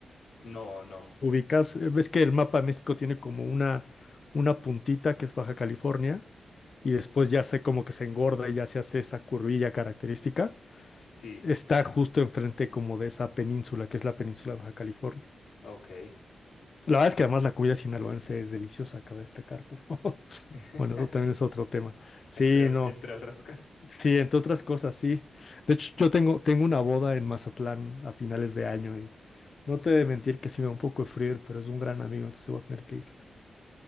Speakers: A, on the left; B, on the left.
A: No, no.
B: ubicas, eh, ves que el mapa de México tiene como una, una puntita que es Baja California
A: S-
B: y después ya se como que se engorda y ya se hace esa curvilla característica.
A: Sí,
B: Está justo enfrente como de esa península que es la península de Baja California.
A: ok.
B: La verdad es que además la comida sinaloense es deliciosa, cabe destacar, pero <laughs>
A: <laughs>
B: bueno, eso también es otro tema. Sí,
A: Entre, o-
B: no.
A: entre otras cosas.
B: Sí, entre otras cosas, sí. De hecho, yo tengo, tengo una boda en Mazatlán a finales de año y no te he de mentir que sí me da un poco de frío, pero es un gran amigo, entonces voy a tener que ir.